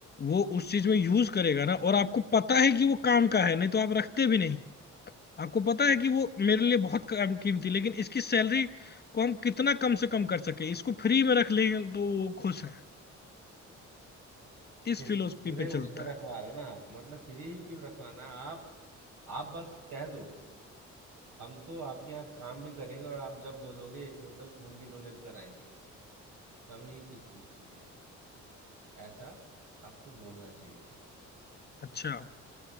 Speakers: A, on the left; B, on the right.
A: वो उस चीज में यूज करेगा ना और आपको पता है कि वो काम का है नहीं तो आप रखते भी नहीं आपको पता है कि वो मेरे लिए बहुत काम कीमती लेकिन इसकी सैलरी को हम कितना कम से कम कर सके इसको फ्री में रख लें तो वो खुश है इस
B: फिर
A: फिलोसफी
B: पूरे
A: पे
B: उसमें
A: चलता
B: रखवा
A: है
B: रहे हो ना आप मतलब फ्री ही क्यों रखवाना आप आप बस कह दो हम तो आपके यहाँ काम भी करेंगे और आप जब बोलोगे एक बोतल खून भी डोनेट कराएंगे कमी ही किस चीज़ की है ऐसा आपको बोलना चाहिए था
A: अच्छा